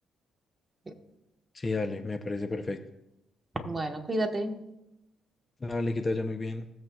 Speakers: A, on the right (about 20°); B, on the left (about 25°).
A: sí.
B: Sí, dale, me parece perfecto.
A: bueno, cuídate.
B: Dale, que te vaya muy bien.